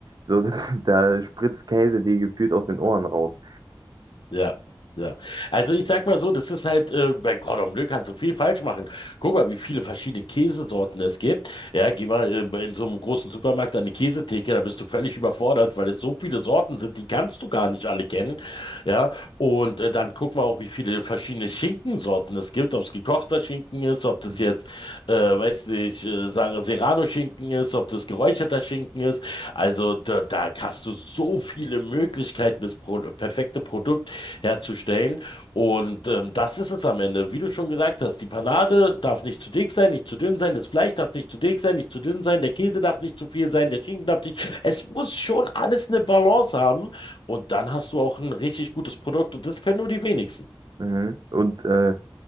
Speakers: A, on the right; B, on the left.
A: So, <laughs> da spritzt Käse dir gefühlt aus den Ohren raus.
B: Ja, ja. Also ich sag mal so, das ist halt, äh, bei Cordon Bleu kannst du viel falsch machen. Guck mal, wie viele verschiedene Käsesorten es gibt. Ja, geh mal äh, in so einem großen Supermarkt an eine Käsetheke, da bist du völlig überfordert, weil es so viele Sorten sind, die kannst du gar nicht alle kennen. Ja, und äh, dann guck mal auch, wie viele verschiedene Schinkensorten es gibt, ob es gekochter Schinken ist, ob das
A: Mhm.
B: jetzt, äh, weiß nicht, äh, Sar- Serrano-Schinken ist, ob das geräucherter Schinken ist. Also da, da hast du so viele Möglichkeiten, das Pro perfekte Produkt herzustellen. Und ähm, das ist es am Ende. Wie du schon gesagt hast, die Panade darf nicht zu dick sein, nicht zu dünn sein, das Fleisch darf nicht zu dick sein, nicht zu dünn sein, der Käse darf nicht zu viel sein, der Schinken darf nicht. Es muss schon alles eine Balance haben. Und dann hast du auch ein richtig gutes Produkt. Und das können nur die wenigsten.
A: Mhm. Und äh,